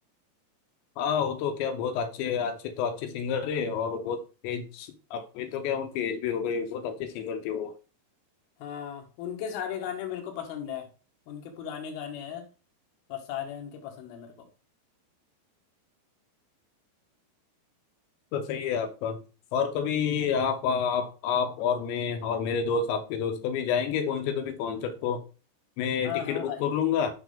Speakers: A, on the left; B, on the left.
A: हाँ वो तो क्या बहुत अच्छे अच्छे तो अच्छे सिंगर है और बहुत एज अभी तो क्या उनकी एज भी हो गई बहुत अच्छे सिंगर थे वो
B: हाँ उनके सारे गाने मेरे को पसंद है उनके पुराने गाने हैं और सारे उनके पसंद है मेरे को
A: तो सही है आपका और कभी आप आप आप और मैं और मेरे दोस्त आपके दोस्त कभी जाएंगे कौन से तो भी कॉन्सर्ट को मैं
B: हाँ
A: टिकट
B: हाँ
A: बुक
B: भाई
A: कर लूंगा